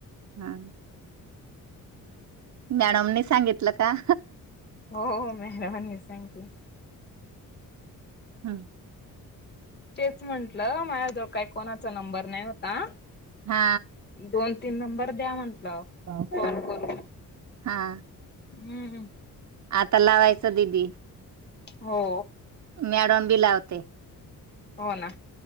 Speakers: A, on the right; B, on the left.
A: हा ज्ञानमनी सांगितलं का?
B: हो मेहरबनी सकली.
A: हम्
B: तेच म्हंटलं माझ्याजवळ काही कोणाचा नंबर नाही होता.
A: हा
B: दोन तीन नंबर द्या म्हंटलं
A: हा
B: फोन करून
A: हा
B: हम्म हम्
A: आता लावायच दीदी.
B: हो
A: मॅडम बी लावते.
B: हो ना